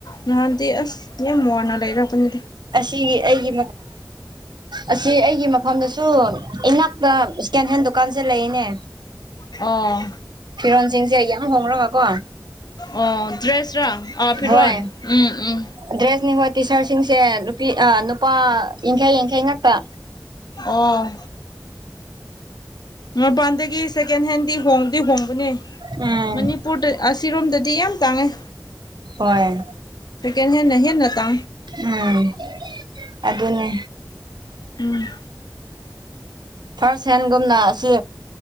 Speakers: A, on the left; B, on the right.
A: ꯅꯍꯥꯟꯗꯤꯦ ꯌꯥ ꯃꯅ ꯂꯩꯔꯀꯅꯤꯗꯤ
B: ꯑꯁꯤꯒꯤ ꯑꯩꯒꯤ ꯑꯁꯤ ꯑꯩꯒꯤ ꯃꯐꯝꯗꯁꯨ ꯏꯅꯥꯛ ꯁꯀꯦꯟ ꯍꯦꯟ ꯗꯨꯀꯥꯟꯁꯦ ꯂꯩꯅꯦ
A: ꯑꯣ
B: ꯀꯤꯔꯟ ꯁꯤꯡꯁꯦ ꯑꯩꯌꯥ ꯑꯃ ꯍꯣꯡꯈ꯭ꯔꯕꯀꯣ
A: ꯑꯣ ꯗ꯭ꯔꯦꯁꯔꯥ ꯑꯥ ꯐꯤꯔꯣꯟ
B: ꯍꯣꯏ
A: ꯎꯝ ꯎꯝ
B: ꯗ꯭ꯔꯦꯁꯅꯤꯈꯣ ꯇꯤ ꯁꯥꯔꯠꯁꯤꯡꯁꯦ ꯅꯨꯄꯤ ꯅꯨꯄꯥ ꯌꯥꯡꯈꯩ ꯌꯥꯡꯈꯩ ꯉꯛꯇ
A: ꯑꯣꯝ ꯃꯄꯥꯟꯗꯒꯤ ꯁꯦꯀꯦꯟ ꯍꯦꯟꯗꯤ ꯍꯣꯡꯗꯤ ꯍꯣꯡꯕꯅꯦ
B: ꯎꯝ
A: ꯃꯅꯤꯄꯨꯔꯗ ꯑꯁꯤꯔꯣꯝꯗꯗꯤ ꯌꯥꯝ ꯇꯥꯡꯉꯩ
B: ꯍꯣꯏ
A: ꯁꯀꯦꯟ ꯍꯦꯟ ꯅꯍꯦ ꯅꯠꯇ
B: ꯎꯝ ꯑꯗꯨ ꯑꯗꯨꯅꯦ
A: ꯎꯝ
B: ꯐꯥꯔꯁ ꯍꯦꯟꯒꯨꯝꯅ ꯑꯁꯤ